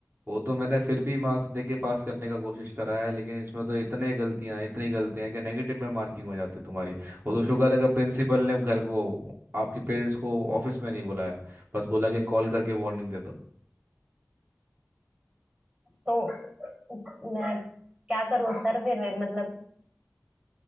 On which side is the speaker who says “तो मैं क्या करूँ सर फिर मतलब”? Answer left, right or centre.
Right